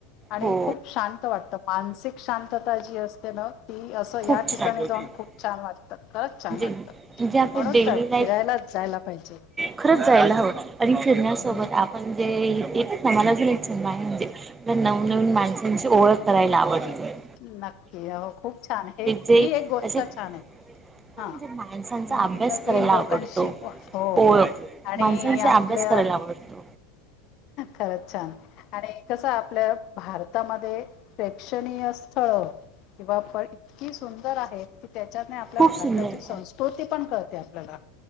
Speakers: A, on the left (about 50°); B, on the right (about 20°).
A: आणि
B: हो
A: खूप शांत वाटतं मानसिक शांतता जी अस असते ना ती असं
B: खूप
A: या
B: छान
A: ठिकाणी
B: म्हणजे
A: जाऊन खूप छान वाटतं. खरंच छान वाटतं
B: म्हणजे आपलं
A: म्हणून
B: डेली
A: तर
B: लाईफ
A: फिरायलाच जायला पाहिजे.
B: खरंच जायला हवं आणि फिरण्यासोबत
A: हम्म
B: आप म्हणजे ना सणालाच आहे म. नवीन माणसांची ओळख करायला आवडत.
A: हो नक्की हो खूप छान हे
B: जे
A: ही एक गोष्ट
B: असे
A: छान आहे.
B: म्हणजे
A: हा
B: माणसांचा
A: न
B: अभ्यास
A: नवीन
B: करायला
A: लोकांशी
B: आवडतो.
A: हो
B: ओळख
A: हो आणि
B: माणसांचा
A: आपल्या
B: अभ्यास करायला आवडतो.
A: खरंच छान आणि कसं आपल भारत भारतामध्ये प्रेक्षणीय स्थळ किंवा पण इतकी सुंदर आहेत की त्याच्याने आपल्या
B: खूप
A: भारताची
B: सुंदर आहे.
A: संस्कृती पण कळते आपल्याला.